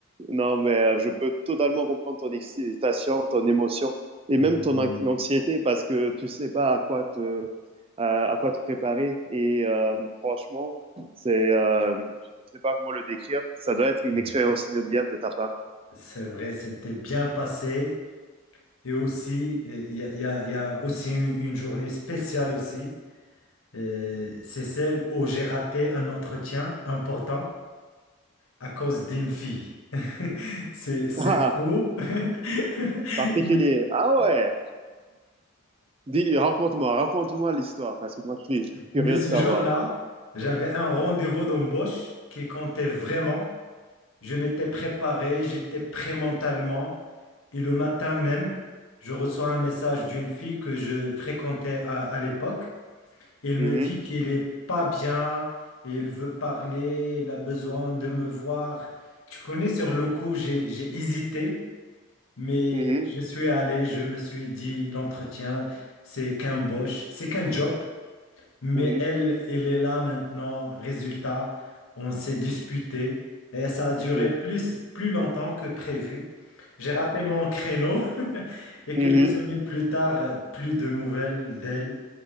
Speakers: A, on the right; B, on the left.
A: Non, mais euh, je peux totalement comprendre ton excitation, ton émotion et
B: oui.
A: même ton anx-
B: oui,
A: anxiété parce que tu sais pas à quoi te, à, à quoi te préparer. Et euh, franchement, c'est, euh, je sais pas comment le décrire. Ça doit être une
B: oui.
A: expérience inoubliable de ta part.
B: C'est vrai, c'était bien passé. Et aussi, il y a, il y a- il y a aussi une, une journée spéciale aussi. Euh, C'est celle où j'ai raté un entretien important à cause d'une fille. <laughs> C'est, c'est
A: Ah,
B: faux. <laughs>
A: particulier.
B: Mais,
A: Ah ouais. Dis, raconte-moi, raconte-moi l'histoire, parce que moi, je suis curieux
B: mais ce
A: de savoir.
B: jour-là, j'avais un rendez-vous d'embauche qui comptait vraiment. Je m'étais préparé, j'étais prêt mentalement. Et le matin même, je reçois un message d'une fille que je fréquentais à à l'époque. Il
A: Mhm,
B: me dit qu'il est pas bien, il veut parler, il a besoin de me voir. Tu connais, sur le coup, j'ai, j'ai hésité, mais
A: mhm,
B: je suis allé, je me suis dit, l'entretien, c'est qu'un boss, c'est qu'un job, mais
A: mhm,
B: elle, elle est là maintenant. Résultat, on s'est disputé et ça a duré
A: mhm,
B: plus, plus longtemps que prévu. J'ai raté mon créneau <laughs> et
A: mhm,
B: quelques semaines plus tard, plus de nouvelles d'elle